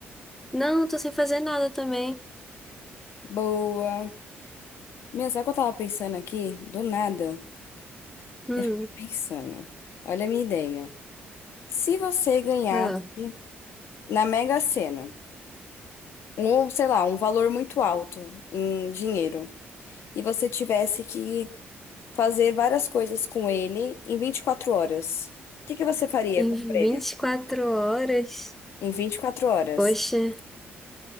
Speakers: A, in the centre; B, on the left.
A: Não, tô sem fazer nada também.
B: Boa. Minha, sabe o que eu tava pensando aqui? Do nada.
A: Hum,
B: Eu fiquei pensando. Olha a minha ideia. Se você ganhasse
A: ah,
B: na Mega Sena, um, sei lá, um valor muito alto em dinheiro, e você tivesse que fazer várias coisas com ele em 24 horas. O que que você faria
A: em
B: com
A: 24
B: o prêmio?
A: horas?
B: Em vinte e quatro horas.
A: Poxa,